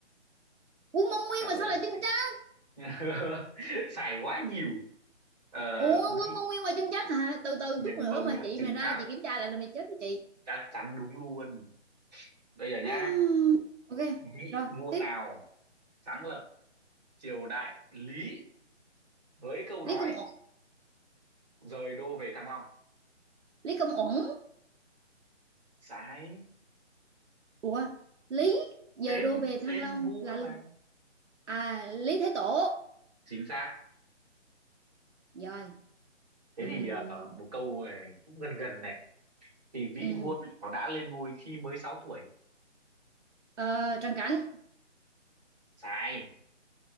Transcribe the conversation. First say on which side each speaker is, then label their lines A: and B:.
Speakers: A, on the right; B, on the right.
A: Quân Mông Nguyên
B: trời
A: mà sao
B: ơi
A: lại chân trắng
B: <laughs> sai quá nhiều ờ,
A: ủa
B: Mỹ
A: Quân Mông Nguyên mà chân trắng hả từ từ
B: Nguyên
A: chút nữa
B: Mông
A: mà
B: là
A: chị
B: chừng
A: mà ra
B: chắc
A: chị kiểm tra lại là mày chết với chị
B: chắc chắn đúng luôn bây giờ nhá
A: Hmm, ok
B: vị
A: rồi
B: vua
A: tiếp
B: nào sáng lập triều đại Lý với câu
A: Lý
B: nói
A: Công Uẩn
B: rời đô về Thăng Long
A: Lý Công Uẩn
B: sai
A: ủa Lý giờ
B: tên
A: đô
B: mà,
A: về Thăng
B: tên
A: Long
B: vua
A: là
B: mà
A: à Lý Thái Tổ
B: chính xác
A: rồi
B: thế
A: Ừm,
B: thì ờ, một câu này cũng gần gần này thì vị
A: ừm.
B: vua nào đã lên ngôi khi mới sáu tuổi
A: Ờ, Trần Cảnh
B: sai